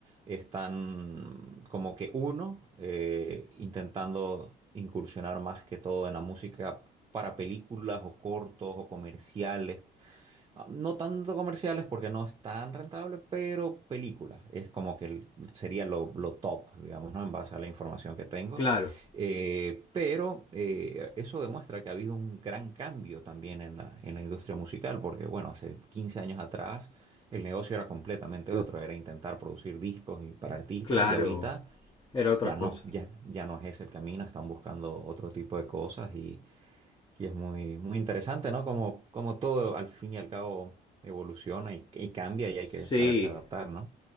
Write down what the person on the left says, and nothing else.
Claro,
claro.
Era
otra cosa.
Sí.